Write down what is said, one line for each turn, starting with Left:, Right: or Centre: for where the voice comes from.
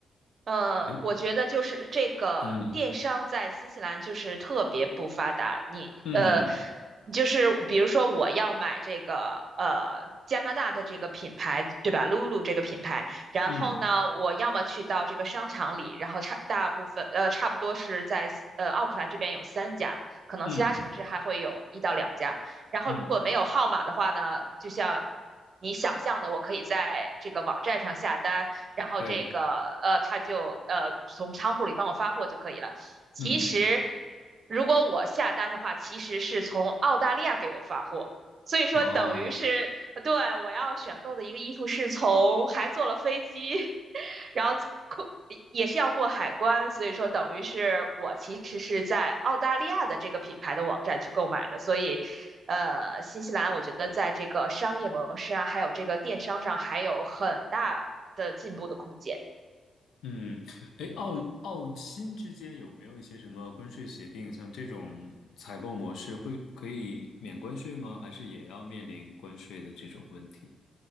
Right: 呃，
Left: 还，
Right: 我觉得就是这个电商在新西兰就是特别不发达。
Left: 嗯
Right: 你呃，
Left: 嗯
Right: 就是比如说我要买这个呃加拿大的这个品牌，对吧？Lulu 这个品牌，然后呢，
Left: 嗯
Right: 我要么去到这个商场里，然后差大部分呃差不多是在呃奥克兰这边有三家，可能其他城市还会有一到两家。
Left: 嗯
Right: 然后如果没有号码的话呢，
Left: 嗯，
Right: 就像你想象的，我可以在这个网站上下单。然后这个呃他就呃从仓库里帮我发货就可以了。
Left: 对，
Right: 其实
Left: 嗯，
Right: 如果我下单的话，其实是从澳大利亚给我发货。所以说，
Left: 哦。
Right: 等于是对我要选购的一个衣服是从还坐了飞机，<laughs> 然后过也是要过海关，所以说等于是我其实是在澳大利亚的这个品牌的网站去购买的，所以呃，新西兰我觉得在这个商业模式啊，还有这个电商上，还有很大的进步的空间。
Left: 嗯，哎，澳澳新之间有没有一些什么关税协定？像这种采购模式会可以免关税吗？还是也要面临关税的这种问题？